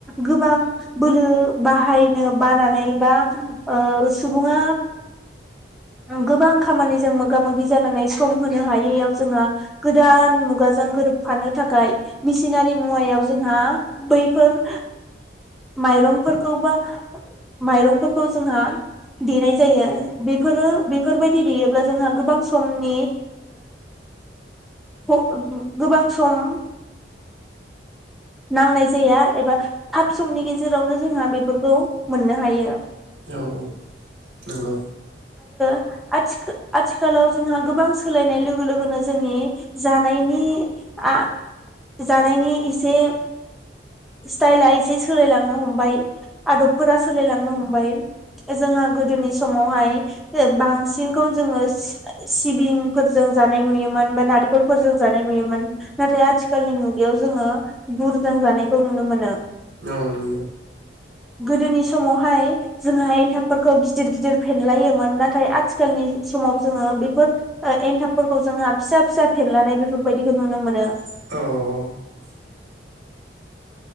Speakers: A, in the centre; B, on the right.
A: गोबां बोलो बाहायनो बानानै बा ओ सुबुङा गोबां खामानिजों मोगा मोगि जानानै सम होनो हाय यिआव जोंहा गोद गोदान मुगाजों गोरोबफानो थाखाय मिसिनारि मुवायाव जोंहा बैफोर माइरंफोरखौ बा माइरंफोरखौ जोंहा देनाय जायो बेफोरो बेफोर बायदि देयोब्ला जोंहा गोबां समनि ओ गोबां सम नांनाय जाया एबा थाब समनि गेजेरावनो जोंहा बेफोरखौ मोननो हायो
B: औ औ नंगौ
A: आथिखा आथिखालाव जोंहा गोबां सोलायनाय लोगो लोगोनो जोंनि जानायनि आ जानायनि एसे स्टाइला एसे सोलाय लांङो हमबाय आदबफोरा सोलायलांनो हमबाय जोंहा गोदोनि सि समावहाय बांसिनखौ जोंङो सि सिबिंफोरजों जानाय नुयोमोन होमबा नारेंखलफोर जानाय नुयोमोन नाथाय आथिखालनि मुग एयाव जोंङो गुरजों जानायखौ नुनो मोनो
B: औ नंगौ
A: गोदोनि समावहाय जोंहा एनथाबफोरखौ गिदिर गिदिर फेनलायोमोन नाथाय आथिखालनि समाव जोंङो बेफोर ओ एन्थाबफोरखौ जोंहा फिसा फिसा फेनलानाय बेफोर बायदिखौ नुनो मोनो
B: औ औ औ